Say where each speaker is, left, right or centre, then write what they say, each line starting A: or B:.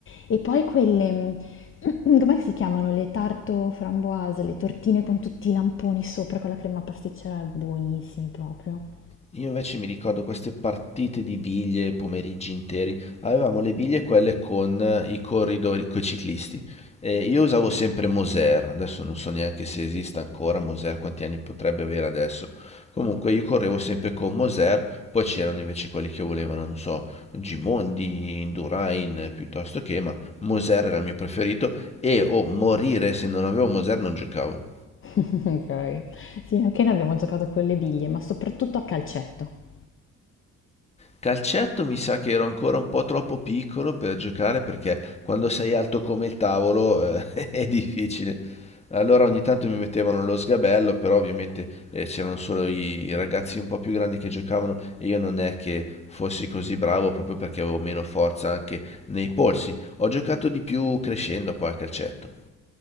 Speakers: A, on the left; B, on the left.
A: E poi quelle, mm, <clears throat> com'è che si chiamano? Le tarte framboise, le tortine con tutti i lamponi sopra con la crema pasticcera, buonissime proprio.
B: Io invece mi ricordo queste partite di biglie, pomeriggi interi. Avevamo le biglie quelle con eh, i corridori, con i ciclisti. E io usavo sempre Moser, adesso non so neanche se esista ancora Moser, quanti anni potrebbe avere adesso. Comunque io correvo sempre con Moser, poi c'erano invece quelli che volevano, non so, Gimondi, Indurain, eh, piuttosto che, ma Moser era il mio preferito e o morire se non avevo Moser non giocavo.
A: <laughs> Ok. Sì, anche noi abbiamo giocato con le biglie, ma soprattutto a calcetto.
B: Calcetto mi sa che ero ancora un po' troppo piccolo per giocare perché quando sei alto come il tavolo eh, <laughs> è difficile. Allora ogni tanto mi mettevano lo sgabello, però ovviamente eh, c'erano solo i ragazzi un po' più grandi che giocavano e io non è che fossi così bravo proprio perché avevo meno forza anche nei polsi. Ho giocato di più crescendo poi a calcetto.